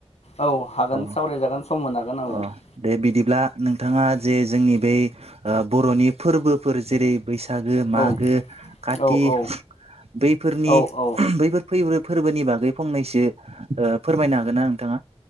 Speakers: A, on the left; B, on the right.
A: औ हागोन
B: अ
A: सावरायजागोन सम होनो हागोन औ
B: अ दे बिदिब्ला नोंथाङा जे जोंनि बेै बर'नि फोरबोफोर जेरै बैसागो मागो
A: औ
B: काति
A: औ औ
B: बे बैफोरनि
A: औ औ
B: बैफोर फो फोरबोनि बागै फंनैसो फोरमायनो हागोन ना नोंथाङा